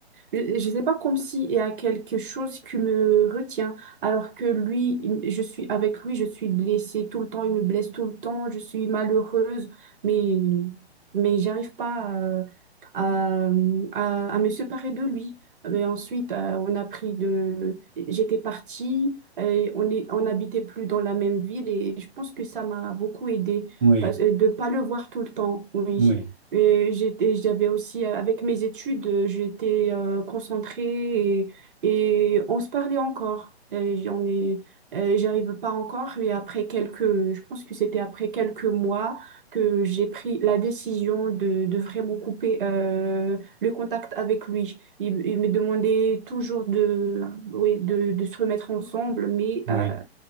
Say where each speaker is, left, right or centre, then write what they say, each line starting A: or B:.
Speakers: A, on the right; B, on the right.
A: je, je sais pas comme si il y a quelque chose qui me retient, alors que lui, il- je suis avec lui, je suis blessée tout le temps, il me blesse tout le temps, je suis malheureuse, mais mais j'arrive pas euh, à, à me séparer de lui. Mais ensuite, euh, on a pris de... J'étais partie, et on est, on n'habitait plus dans la même ville et je pense que ça m'a beaucoup aidée
B: oui,
A: parce- euh, de ne pas le voir tout le temps, oui.
B: oui,
A: Et j'étais, j'avais aussi, euh, avec mes études, euh, j'étais euh, concentrée et, et on se parlait encore. Et J'en ai, euh, j'arrive pas encore, mais après quelques, je pense que c'était après quelques mois que j'ai pris la décision de, de vraiment couper euh, le contact avec lui. Il, il me demandait toujours de, oui, de, de se remettre ensemble, mais,
B: oui,
A: euh,